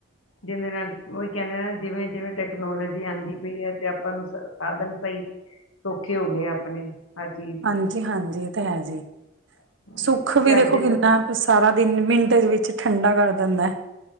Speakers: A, on the left; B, on the right.
A: ਜਿਦੇ ਨਾਲ ਉਹੀ ਕਹਿੰਦੇ ਨਾ ਜਿਵੇਂ-ਜਿਵੇਂ ਟੈਕਨੋਲੋਜੀ ਆਉਂਦੀ ਪਈ ਹੈ ਤੇ ਆਪਾਂ ਨੂੰ ਸਾਧਨ ਸਹੀ ਸੋਖੇ ਹੋ ਗਏ। ਆਪਣੇ ਹਰ ਚੀਜ਼ ਤੇ
B: ਹਾਂਜੀ-ਹਾਂਜੀ ਇਹ ਤਾਂ ਹੈ ਜੇ,
A: ਹਾਂਜੀ
B: ਸੁੱਖ
A: ਕਿਉਂਕਿ
B: ਵੀ
A: ਅੱਜ
B: ਦੇਖੋ
A: ਦੇ
B: ਕਿੰਨਾ-
A: ਸਮੇਂ
B: ਸਾਰਾ ਦਿਨ ਮਿੰਟ ਵਿੱਚ ਠੰਡਾ ਕਰ ਦਿੰਦਾ ਹੈ।